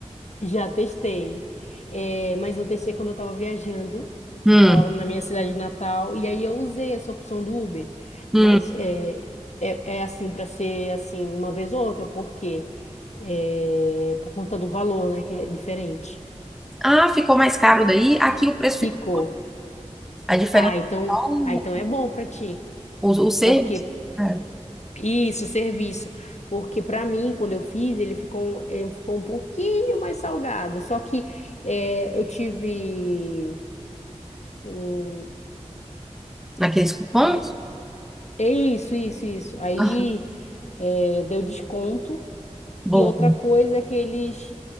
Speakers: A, on the left; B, in the centre.
A: Já testei, É, mas eu testei quando eu estava viajando,
B: Hum,
A: estava na minha cidade natal, e aí eu usei essa opção do Uber,
B: hum.
A: mas é, é, é assim para ser assim uma vez ou outra, porque é, por conta do valor, né, que é diferente.
B: Ah, ficou mais caro daí. Aqui o preço ficou.
A: Ficou.
B: A diferença
A: Ah,
B: é
A: então,
B: só o,
A: ah, então é bom para ti,
B: o, o serviço,
A: porque
B: é,
A: isso, serviço, porque para mim quando eu fiz ele ficou, ele ficou um pouquinho mais salgado, só que é, eu tive um-
B: naqueles cupons.
A: Mas, é isso, isso, isso. Aí
B: Ah,
A: é, deu desconto.
B: boa.
A: E outra coisa é que eles